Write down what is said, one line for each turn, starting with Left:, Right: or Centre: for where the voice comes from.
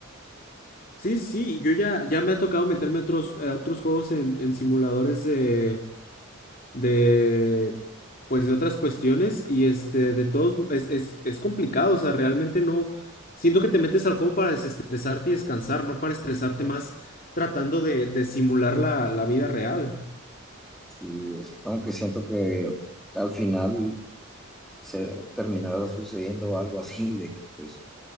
Left: Sí, sí, yo ya, ya me ha tocado meterme a otros, a otros juegos en, en simuladores de de pues de otras cuestiones y este de todos es, es, es complicado, o sea, realmente no siento que te metes al juego para desestresarte y descansar, no para estresarte más tratando de, de simular la, la vida real.
Centre: Sí, es- aunque siento que al final se terminará sucediendo algo así, de que pues